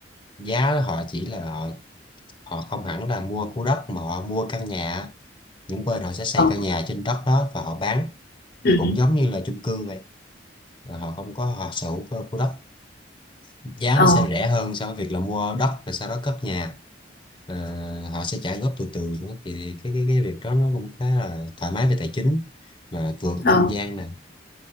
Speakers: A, on the left (about 25°); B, on the left (about 55°).
A: giá họ chỉ là họ họ không hẳn là mua khu đất mà họ mua căn nhà những bên họ sẽ xây
B: ờ
A: căn nhà trên đất đó và họ bán
B: ừ
A: cũng giống như là chung cư vậy là họ không có họ sở hữu cơ khu đất giá
B: ờ
A: nó sẽ rẻ hơn so với việc là mua đất rồi sau đó cất nhà Ờ, họ sẽ trả góp từ từ nữa thì cái cái cái việc đó nó cũng khá là thoải mái về tài chính mà vừa có
B: ờ
A: không gian nè